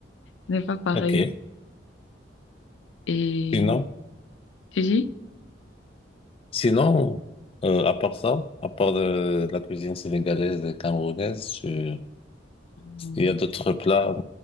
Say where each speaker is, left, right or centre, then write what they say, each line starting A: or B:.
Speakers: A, on the left; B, on the left.
A: Ce n'est pas pareil.
B: ok.
A: Et
B: Sinon,
A: tu dis?
B: sinon euh, à part ça, à part de la cuisine sénégalaise et camerounaise, tu-
A: Hmm,
B: il y a d'autres plats